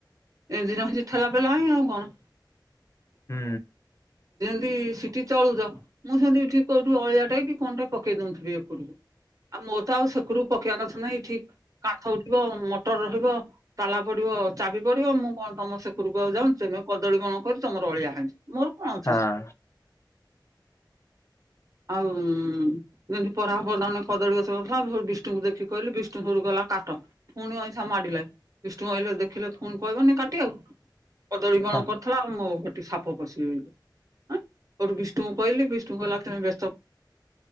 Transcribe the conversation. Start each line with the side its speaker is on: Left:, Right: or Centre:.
Right: ଏଇ ଦିନ ହିଁ ଠେଲା ପେଲା ହିଁ ଆଉ କଣ?
Left: ହୁଁ।
Right: ସିଟି ଚଳୁଛ। ମୁଁ ସେମିତି ଏଠି କୋଉଠୁ ଅଳିଆ ଟେ କି କଣଟେ ପକେଇ ଦଉଥିଲି ଏପଟକୁ ଆଉ ମୋ ତ ଆଉ ସେକରୁକୁ ପକେଇବା କଥା ନାଇଁ ଠିକ କାଠ ଉଠିବ ମଟର ରହିବ ତାଲା ପଡିବ ଚାବି ପଡିବ ମୁଁ କଣ ତମ ସେପରକୁ ଆଉ ଯାଉଛୁ ତେମେ କଦଳୀ ବଣ କରି ତମର ଅଳିଆ ହେଇଚି ମୋର କଣ ଅଛି
Left: ହଁ
Right: ସେଠି। ଆଉ ଯେମତି <unintelligible> କଦଳୀ ଗଛ ଉଠିଲା ବିଷ୍ଣୁଙ୍କୁ ଦେଖି କହିଲି ବିଷ୍ଣୁ ସେଉଠୁ ଗଲା କାଟ ପୁଣି ଅଇଁଛା ମାଡ଼ିଲା ବିଷ୍ଣୁ ଅଇଲେ ଦେଖିଲେ ପୁଣି କହିବନି କାଟିବାକୁ। କଦଳୀ ଵଣ
Left: ହଁ
Right: କରୁଥେଲା ଆଉ ମୋ ସାପ ପଶିକି ରହିବ ଆଂ ହେଟୁ ବିଷ୍ଣୁଙ୍କୁ କହିଲି ବିଷ୍ଣୁ କହିଲା ତମେ ବେ